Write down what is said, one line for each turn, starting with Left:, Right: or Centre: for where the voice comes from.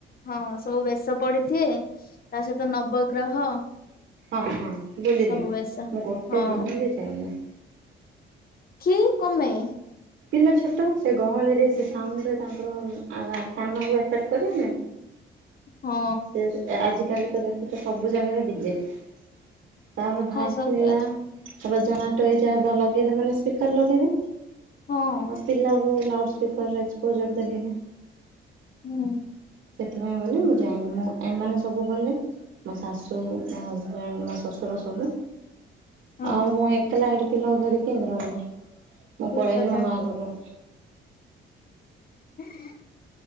Left: ହଁ ସବୁ ବେଶ ପଡିଥିବେ ତା ସହିତ ନବଗ୍ରହ।
Right: ହଁ ହଁ ବୁଲିଲେ
Left: ସବୁ ବେଶ
Right: ମୁଁ ଗୋଟେ
Left: ହଁ
Right: ଦିନ ବି ଯାଇନି।
Left: କି କପାଇଁ?
Right: ପିଲା ଛୋଟ ସେ ଗହଳିରେ ସେ ସାଉଣ୍ଡରେ ତାଙ୍କର ଆ ଆ କାନକୁ ଇପେଟ କରିବନି?
Left: ହଁ।
Right: ସେ ଆଜିକାଲି ତ ଦେଖୁଚ ସବୁ ଜାଗାରେ ଡିଜେ ତାପରେ ଭାରତ
Left: ହଁ ସତ
Right: ନିଳା
Left: କଥା
Right: ତା ଜଣା ଟ ଏ ଯାବ ଲଗେଇଲେ ମାନେ ସ୍ପିକର ଲଗେଇବେ।
Left: ହଁ
Right: ଆଉ ପିଲକୁୁ ଲାଉଡ ସ୍ପୀକର ଏକ୍ସପୋଜର ଦ ଦିନେ।
Left: ହୁଁ।
Right: ସେଥିପାଇଁ ବୋଲି ମୁଁ ଯାଇନି ମୁଁ ଏମାନେ ସବୁ ଗଲେ। ମୋ ଶାଶୁ ମୋ ହଜବେଣ୍ଡ ମୋ ଶ୍ୱଶୁର ସବୁ।
Left: ହଁ
Right: ଆଉ ମୁଁ ଏକଲା ଏଠି ପିଲା ଧରିକି କେମିତି ରହିବି ମୁଁ
Left: ଠିକ
Right: ପଳେଇଲି
Left: କଥା
Right: ମୋ ମା ଘରୁ।
Left: <unintelligible>